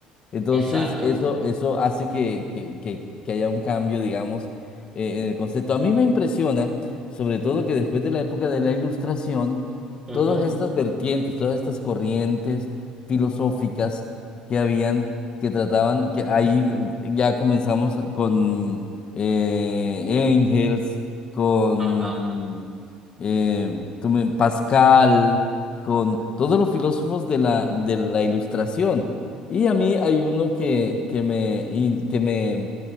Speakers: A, on the left; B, on the right.
A: Entonces,
B: Exacto.
A: eso, eso hace que, que, que- que haya un cambio, digamos, eh, en el concepto. A mí me impresiona, sobre todo, que después de la época de la Ilustración,
B: Ujú.
A: todas estas vertientes, todas estas corrientes filosóficas que habían, que trataban, que ahí mm, ya comenzamos con eh, Engels, con
B: Ajá.
A: eh, tú me- Pascal, con todos los filósofos de la, de la Ilustración. Y a mí hay uno que, que me, in- que me,